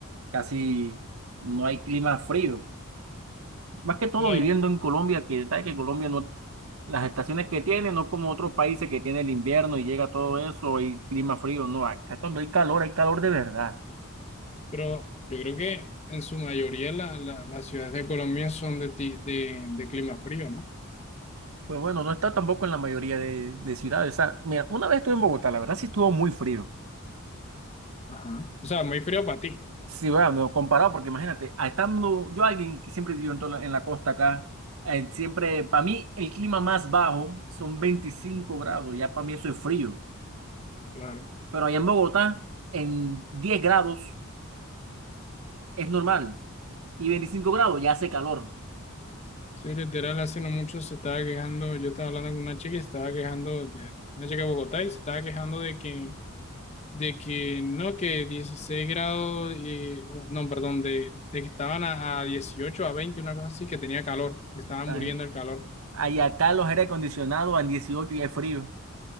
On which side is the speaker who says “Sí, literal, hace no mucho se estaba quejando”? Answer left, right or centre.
Left